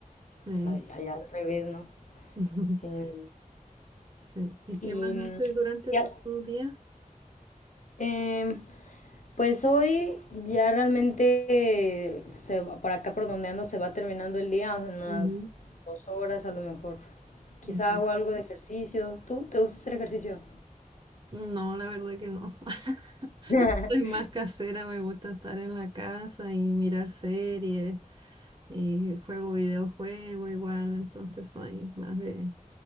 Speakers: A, on the right (about 35°); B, on the left (about 60°).
A: sí.
B: O sea, allá al revés, ¿no?
A: <laughs>
B: Em,
A: Sí. ¿Y qué
B: y,
A: más
B: mm,
A: haces durante
B: ya-
A: tu, tu día?
B: Em, pues hoy ya realmente se va- para acá por donde ando se va terminando el día en unas
A: Ujú,
B: dos horas a lo mejor. Quizá
A: ujú.
B: hago algo de ejercicio. ¿Tú te gusta hacer ejercicio?
A: No, la verdad que no. <laughs>
B: <laughs>
A: Soy más casera, me gusta estar en la casa y mirar series. Y juego videojuego igual, entonces soy más de...